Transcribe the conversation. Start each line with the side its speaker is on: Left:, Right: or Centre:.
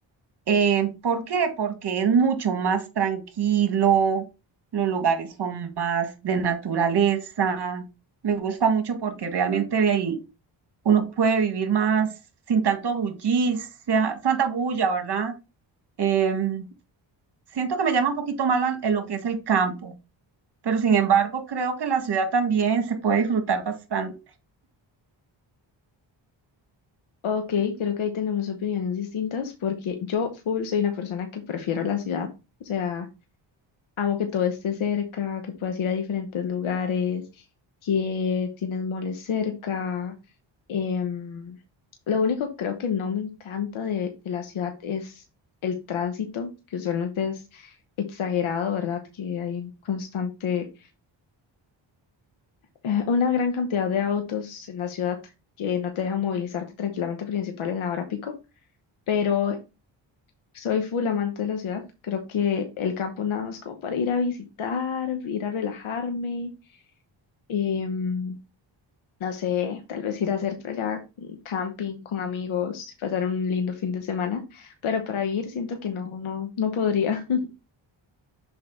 Right: Eh, ¿por qué? Porque es mucho más tranquilo, los lugares son más de naturaleza. Me gusta mucho porque realmente de ahí uno puede vivir más sin tanto bullicia, santa bulla, ¿verdad? Em, siento que me llama un poquito más la- lo que es el campo. pero sin embargo creo que la ciudad también se puede disfrutar bastante.
Left: Ok, creo que ahí tenemos opiniones distintas porque yo full soy una persona que prefiero la ciudad. O sea, Amo que todo esté cerca, que puedas ir a diferentes lugares, que tienes moles cerca. Em, lo único que creo que no me encanta de, de la ciudad es el tránsito, que usualmente es exagerado, ¿verdad? Que hay un constante, eh, una gran cantidad de autos en la ciudad que no te dejan movilizarte tranquilamente, principal en la hora pico. Pero soy full amante de la ciudad. Creo que el campo nada más como para ir a visitar, ir a relajarme em, no sé, tal vez ir a hacer por allá un camping con amigos, pasar un lindo fin de semana, pero para vivir siento que no, no, no podría. <laughs>